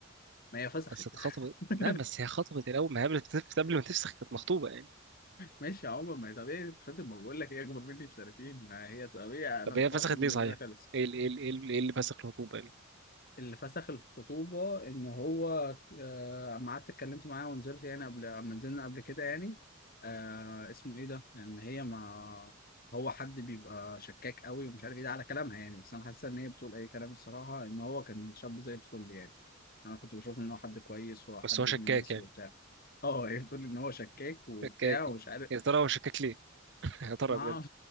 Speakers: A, on the left; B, on the right.
A: ما هي فسخت
B: بس اتخطبت
A: <laughs>
B: لا بس هي خطبت الاول ما هي قبل بتف- قبل ما تفسخ كانت مخطوبه يعني
A: ماشي يا عمر ما هي طبيعي تتخطب ما بقول لك هي اكبر مني بسنتين ما هي طبيعي
B: طب
A: انا الحوار
B: هي فسخت
A: كان
B: ليه
A: بالنسبه
B: صحيح
A: لي خالص
B: ايه ال- ايه ال- ايه ال- إيه اللي فسخ الخطوبه يعني
A: اللي فسخ الخطوبه ان هو آه، اما قعدت اتكلمت معاه ونزلت يعني قبل اما نزلنا قبل كده يعني آه اسمه ايه ده لان هي ما هو حد بيبقى شكاك قوي ومش عارف ايه ده على كلامها يعني بس انا حاسه ان هي بتقول اي كلام الصراحه ان هو كان شاب زي الفل يعني انا كنت بشوف ان هو حد كويس وحد
B: بس هو شكاك
A: ابن ناس
B: يعني
A: وبتاع اه هي بتقول ان هو شكاك وبتاع
B: شكاك
A: ومش عارف
B: يا ترى هو شكاك ليه <laughs> يا ترى
A: ما